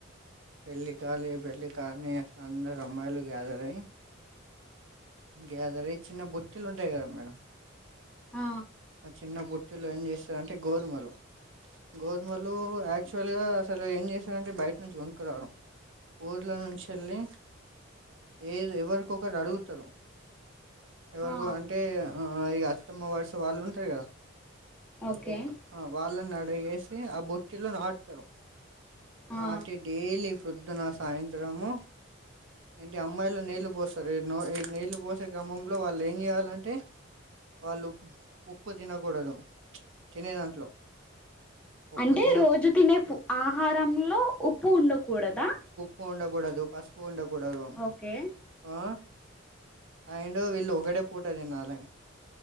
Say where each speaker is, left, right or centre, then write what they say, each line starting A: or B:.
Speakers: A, on the right; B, in the centre.
A: పెళ్ళి కాలేదు పెళ్లి కా అని అందరు అమ్మాయిలు గ్యాదర్ అయ్యి గ్యాదర్ అయ చిన్న బొట్ట్టలు ఉంటాయి కదా మేడం
B: ఆ
A: ఆ చిన్న పుటిలో ఏం చేస్తారంటే గోధుమలు గోధుమలు యాక్చువల్గా అసలు ఏం చేస్తారంటే బయట నుంచి కొనుకురారు ఊర్లో నుంచి వెళ్ళి ఏద్ ఎవరికొకరు అడుగుతారు ఎవరికు
B: ఆ
A: అంటే ఆ ఇగ అత్తమ వర్స్ వాళ్ళు ఉంటరు గదా
B: ఓకే
A: ఎక్ ఆ వాళ్ళను గాద్ దా వేసి ఆ బుట్టిలో నాటుతారు
B: ఆ
A: నాటి డైలీ ఫుడ్ పొద్దున్న సాయంత్రము ఏంటి అమ్మాయిలు నీళ్ళు పోస్తరు <unintelligible> నీళ్ళు పోసే క్రమంలో వాళ్ళు ఏం చేయాలంటే వాళ్ళు ఉప్పు తినకూడదు ప్చ్ తినే దాంట్లో ఉప్పు
B: అంటే
A: తిన
B: రోజు తినే ఫు ఆహారంలో ఉప్పు ఉండకూడదా
A: ఉప్పు ఉండకూడదు పసుపు ఉండకూ కూడదు
B: ఓకే
A: ఆ అండ్ వీళ్ళు ఒకటే పూట తినాలి